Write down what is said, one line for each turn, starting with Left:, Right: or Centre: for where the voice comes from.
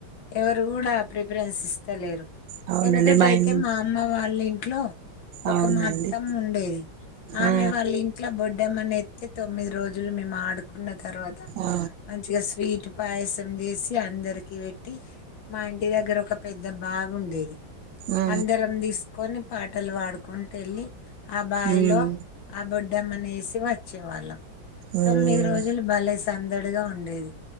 Left: ఎవరు కూడా ప్రిఫరెన్స్ ఇస్తలేరు
Right: అవునండి
Left: ఎందుకంటే అయితే
Right: ఇం
Left: మా అమ్మ వాళ్ళు ఇంట్ ట్లో ఒక
Right: అవునండి
Left: మత్తమ్మ ఉండేది ఆమె
Right: ఆ
Left: వాళ్ళ ఇంట్లో బొడ్డమ్మని ఎత్తే తొమ్మిది రోజులు మేము ఆడుకున్న తర్వాత
Right: ఆ
Left: మంచిగా స్వీట్ పాయసం చేసి అందరు దకి పెట్టి మా ఇంటి దగ్గర ఒక పెద్ద బావి ఉండేది
Right: ఆ
Left: అందరం తీసుకొని బట్టలు వాడుకుంటే వెళ్ళి ఆ బాయి
Right: ఉమ్
Left: లో ఆ బొడ్ దమనేసి వచ్చేవాళ్ళం
Right: ఉమ్
Left: తొమ్మిది రోజులు భలే సందడిగా ఉండేది